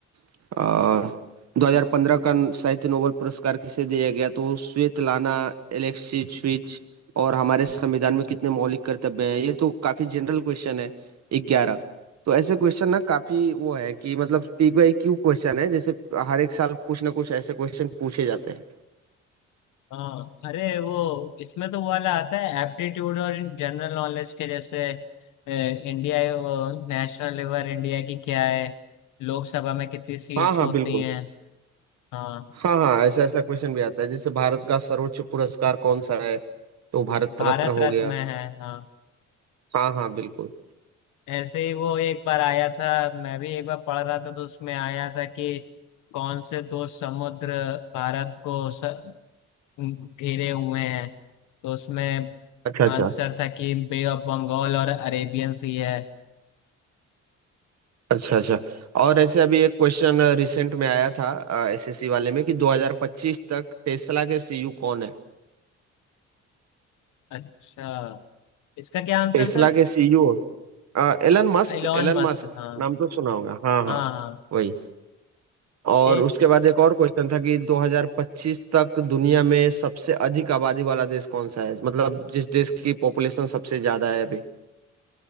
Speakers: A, on the right; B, on the left.
A: अ, 2015 का साहित्य नोबेल पुरस्कार किसे दिया गया तो स्वेतलाना एलेक्सीविच और हमारे संविधान में कितने मौलिक कर्तव्य हैं ये तो काफी जनरल क्वेश्चन है 11 तो ऐसे क्वेश्चन ना काफी वो है कि मतलब पीक बाई क्यू क्वेश्चन है जैसे हर एक साल कुछ ना कुछ ऐसे क्वेश्चन पूछे जाते हैं
B: हाँ अरे वो इसमें तो वो वाला आता है एप्टीट्यूड और जनरल नॉलेज के जैसे ए, इंडिया नेशनल लेवल इंडिया की क्या है लोकसभा में कितनी सीट्स
A: हाँ हाँ
B: होती
A: बिल्कुल
B: हैं हाँ
A: हाँ हाँ ऐसा ऐसा क्वेश्चन भी आता है जैसे भारत का सर्वोच्च पुरस्कार कौन सा है तो भारत
B: भारत
A: रत्न हो
B: रत्न
A: गया
B: है हाँ
A: हाँ हाँ बिल्कुल
B: ऐसे ही वो एक बार आया था मैं भी एक बार पढ़ रहा था तो उसमें आया था कि कौन से दो समुद्र भारत को स, घेरे हुए हैं तो उसमें
A: अच्छा अच्छा
B: आंसर था कि बे ऑफ बंगाल और अरेबियन सी है
A: अच्छा अच्छा और ऐसे अभी एक क्वेश्चन रिसेंट में आया था एसएससी वाले में कि 2025 तक टेस्ला के सीईओ कौन है
B: अच्छा इसका क्या आंसर
A: टेस्ला
B: था
A: के CEO Elon Musk
B: एलॉन
A: Elon
B: मस्क
A: Musk
B: हाँ
A: नाम तो सुना होगा हाँ
B: हाँ
A: हाँ
B: हाँ
A: वही और
B: एक
A: उसके बाद एक और क्वेश्चन था कि 2025 तक दुनिया में सबसे अधिक आबादी वाला देश कौन सा है मतलब जिस देश की पॉपुलेशन सबसे ज्यादा है अभी